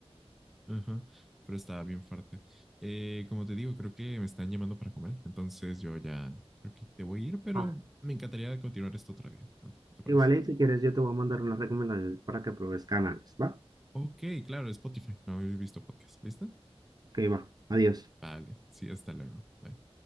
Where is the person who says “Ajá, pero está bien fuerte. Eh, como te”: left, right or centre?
Centre